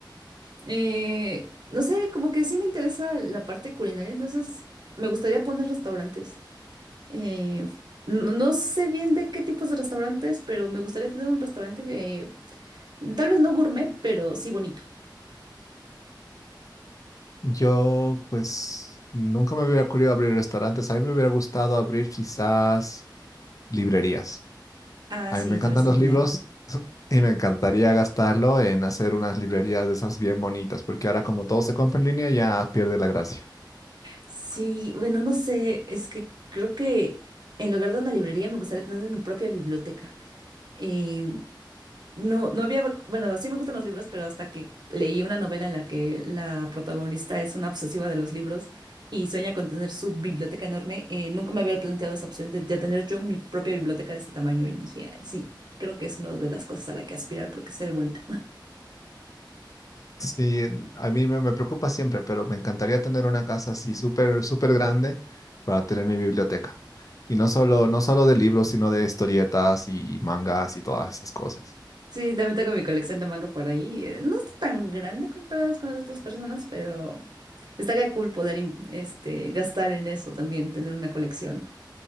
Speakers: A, on the right; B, on the left.
A: Eh, no sé, como que sí me interesa la parte culinaria, entonces me gustaría poner restaurantes. Eh, no no sé bien de qué tipos de restaurantes, pero me gustaría tener un restaurante que Tal vez no gourmet, pero sí bonito.
B: yo, pues, nunca me hubiera ocurrido abrir restaurantes. A mí me hubiera gustado abrir quizás librerías.
A: Ah,
B: A
A: sí,
B: mí me encantan
A: también será
B: los
A: genial.
B: libros Y me encantaría gastarlo en hacer unas librerías de esas bien bonitas, porque ahora como todo se compra en línea ya pierde la gracia.
A: Sí, bueno, no sé, es que creo que en lugar de una librería me gustaría tener mi propia biblioteca. Eh, no, no había, bueno, sí me gustan los libros, pero hasta que leí una novela en la que la protagonista es una obsesiva de los libros y sueña con tener su biblioteca enorme, eh, nunca me había planteado esa opción de, de tener yo mi propia biblioteca de ese tamaño y dije, "Ay, sí, creo que es una de las cosas a la que aspirar porque se ve bonito.
B: Sí, el- a mí me, me preocupa siempre, pero me encantaría tener una casa así súper, súper grande para tener mi biblioteca. Y no solo, no solo de libros, sino de historietas y mangas y todas esas cosas.
A: Sí, también tengo mi colección de manga por ahí. Eh, No está tan grande comparadas con las otras personas, pero estaría cool poder im- este, gastar en eso también, tener una colección.